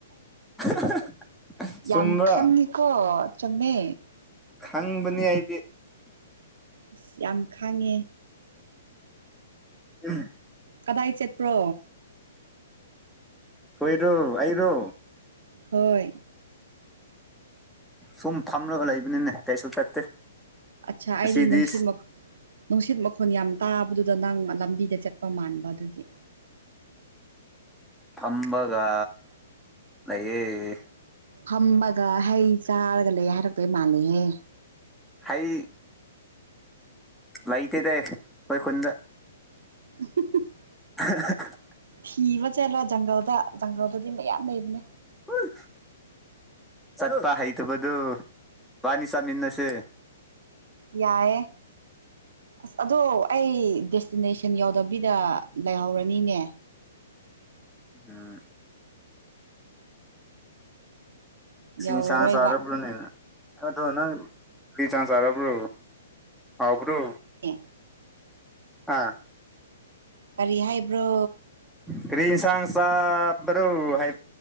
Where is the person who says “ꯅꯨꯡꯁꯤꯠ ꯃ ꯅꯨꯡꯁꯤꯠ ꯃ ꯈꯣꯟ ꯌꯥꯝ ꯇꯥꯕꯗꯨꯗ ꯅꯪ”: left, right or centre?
Right